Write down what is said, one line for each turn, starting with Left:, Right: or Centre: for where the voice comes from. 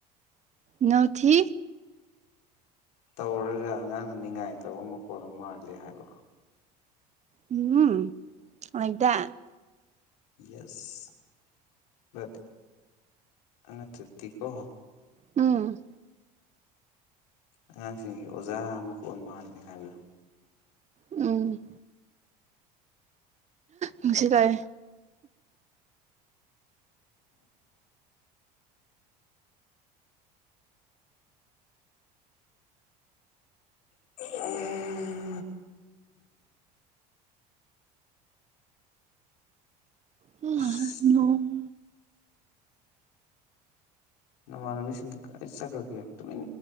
Right: ꯅꯧꯊꯤ
Left: ꯇꯧꯔꯒ ꯑꯉꯥꯡꯅ ꯅꯤꯡꯉꯥꯏ ꯇꯧꯕ ꯃꯈꯣꯟꯗꯣ ꯃꯥꯜꯂꯦ ꯍꯥꯏꯕ
Right: um Lai that
Left: yes but ꯅꯠꯇꯗꯤꯀꯣ
Right: ꯎꯝ
Left: ꯑꯉꯥꯡꯁꯤꯡꯒꯤ ꯑꯣꯖꯥ ꯃꯈꯣꯟ ꯃꯥꯜꯂꯦ ꯍꯥꯏꯕꯗꯣ
Right: ꯎꯝ ꯅꯨꯡꯁꯤꯠ ꯂꯥꯑꯦ
Left: <unintelligible>
Right: <unintelligible>
Left: ꯑꯁ
Right: ꯅꯣꯡ
Left: ꯅꯃꯥꯟꯅꯕꯤꯁꯤꯡ ꯀꯔꯥꯏ ꯆꯠꯈ꯭ꯔꯒꯦ ꯇꯨꯃꯤꯟ